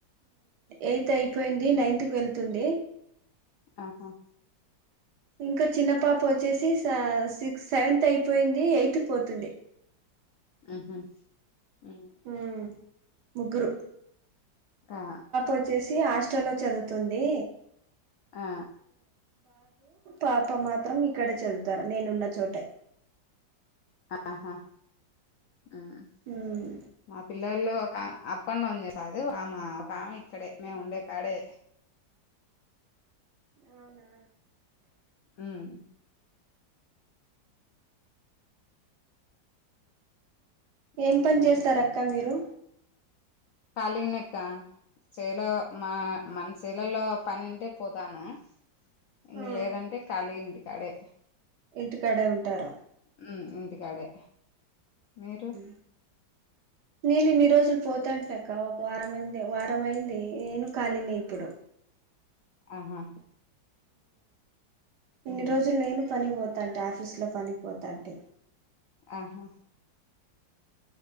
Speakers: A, on the right (about 65°); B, on the left (about 80°).
A: ఎయిత్ అయిపోయింది నైన్త్ కు వెళ్తుంది.
B: ఆహా.
A: ఇంకా చిన్న పాప వచ్చేసి స సిక్స్ సెవెంత అయిపోయింది ఎయిత్ కు పోతుంది.
B: ఉహు హ్మ్.
A: హుమ్ ముగ్గురు.
B: ఆ
A: వచ్చేసి హాస్టల్లో చదువుతుంది.
B: ఆ
A: పాప మాత్రం ఇక్కడే చదువుతారు నేనున్న చోటే.
B: ఆహా ఉమ్.
A: ఉమ్.
B: మా పిల్లలు ఒక ఆ అప్ అండ్ డౌన్ చేస్తదు ఆమ ఒక ఆమె ఇక్కడే మేము ఉండే కాడే.
A: అవునా.
B: ఉమ్.
A: ఏం
B: ఇంకేంటక్క
A: పని చేస్తారు అక్క మీరు.
B: కళీగినెక్క చేలో మా మన చేలలో పనింటే పోతాను. ఇంగ
A: ఆ
B: లేదంటే కలి ఇంటి కాడే.
A: ఇంటికాడే ఉంటార.
B: హ్మ్ ఇంటికాడే. మీరు
A: ఆ నేను ఇన్ని రోజులు పోతాంటక ఒక వారం అయింది వారం అయింది నేను కాలిని ఇప్పుడు.
B: ఆహా.
A: ఇన్ని
B: ఉమ్
A: రోజులు నేను పని పోతాంటే ఆఫీస్లో పనిపోతాంటే.
B: ఆహా.